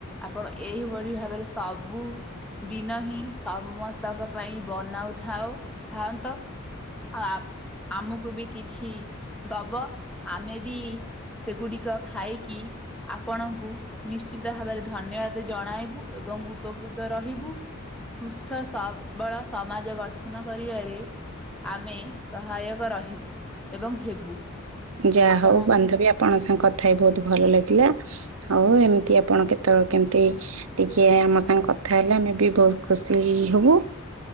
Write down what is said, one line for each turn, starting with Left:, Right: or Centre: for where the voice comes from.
Centre: ଆପଣ ଏଇଭଳି ଭାବରେ ସବୁ ଦିନ ହିଁ ସମସ୍ତଙ୍କ ପାଇଁ ବନାଉଥାଉ ଥାନ୍ତ। ଆଉ ଆ, ଆମକୁ ବି କିଛି ଦବ। ଆମେ ବି ସେଗୁଡ଼ିକ ଖାଇକି ଆପଣଙ୍କୁ ନିଶ୍ଚିିତ ଭାବରେ ଧନ୍ୟବାଦ ଜଣାଇବୁ ଏବଂ ଉପକୃତ ରହିବୁ। ସୁସ୍ଥ ସବଳ ସମାଜ ଗଠନ କରିବାରେ ଆମେ ସହାୟକ ରହିବୁ ଏବଂ ହେବୁ।
Right: ଯାହା
Centre: ଆପଣ
Right: ହଉ ବାନ୍ଧବୀ ଆ ଆପଣ ସାଙ୍ଗ କଥା ହେଇ ବହୁତ ଭଲ ଲାଗିଲା। ଆଉ ଏମିତି ଆପଣ କେତେବେଳେ କେମିତି ଟିକେ ଆମ ସାଙ୍ଗେ କଥା ହେଲେ ଆମେ ବି ବହୁତ ଖୁସି ହି- ହି- ହବୁ।